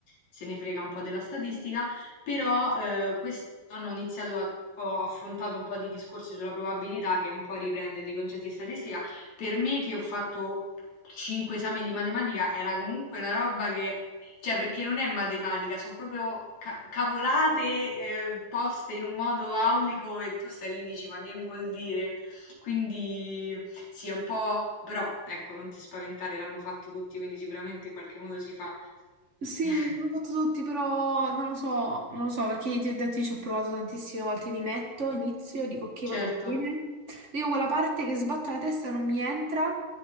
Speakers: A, on the left (about 55°); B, on the right (about 35°).
A: se ne frega un po' della statistica, però eh, quest'anno ho iniziato a... Ho affrontato un po' di discorsi sulla probabilità che un po' riprende dei concetti di statistica. Per me che ho fatto cinque esami di matematica era comunque una roba che, cioè perché non è matematica, sono proprio ca- cavolate eh, poste in un modo aulico e tu stai lì e dici ma che vuol dire? Quindi sì, è un po' però, ecco, non ti spaventare, l'hanno fatto tutti, quindi sicuramente in qualche modo si fa.
B: Sì,
A: <laughs>
B: l'ho fatto tutti, però non lo so, non lo so, perché ti ho detto, io ci ho provato tantissime volte, mi metto, inizio, dico ok, vado
A: Certo,
B: bene, arrivo a quella parte che sbatto la testa, non mi entra